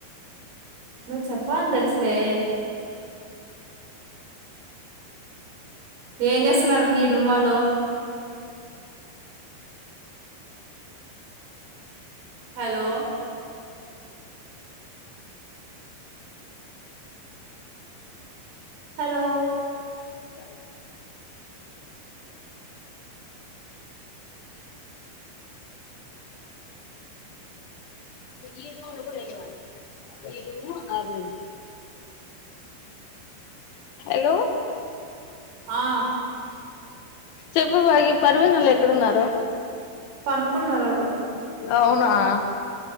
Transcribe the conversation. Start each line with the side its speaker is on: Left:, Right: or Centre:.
Right: నువ చెప్పా అని దెలుసులే ఏం చేస్తున్నారు మీ రూమ్ వాళ్ళు హలో హలో
Left: <inaudible> ఈ రూల్ కూడా ఎయవాను ఈరు అరుర్ హలో
Right: ఆహ్.
Left: చెప్పుబాగ పర్వినచ ఒళ్ళు ఎక్కడున్నారు.
Right: పనుకున్నారు ఆళ్ళు
Left: అవునా. ఆహ్.